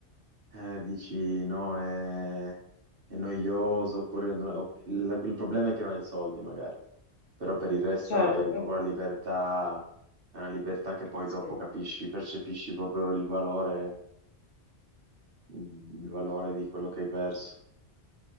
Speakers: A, on the right (about 55°); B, on the left (about 55°).
A: eh, dici no, è, è noioso, oppure non- o- il, il problema è che non hai i soldi magari, però per il resto
B: certo,
A: hai
B: quello
A: proprio la libertà, è una libertà che poi
B: sì,
A: dopo capisci, percepisci proprio il valore, il valore di quello che hai perso.